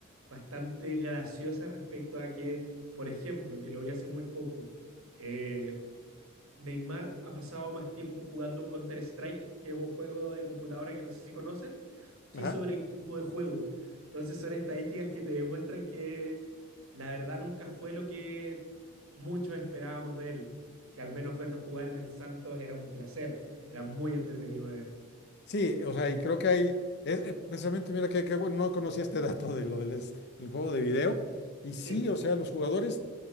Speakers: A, on the right; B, on the left.
A: bastante graciosas respecto a que, por ejemplo, que lo vi hace muy poco, eh, Neymar ha pasado más tiempo jugando Counter-Strike, que es un juego de computadora que no sé si conoces, que
B: Ajá.
A: sobre el campo de juego. Entonces son estadísticas que te demuestran que la verdad nunca fue lo que muchos esperábamos de él, que al menos verlo jugar en el Santos era un placer, era muy entretenido de ver.
B: Sí, o sea, y creo que hay, es, eh, precisamente, mira, que, que bueno, no conocía este <laughs> dato de lo del, es- del juego de video. Y sí,
A: <laughs>
B: o sea, los jugadores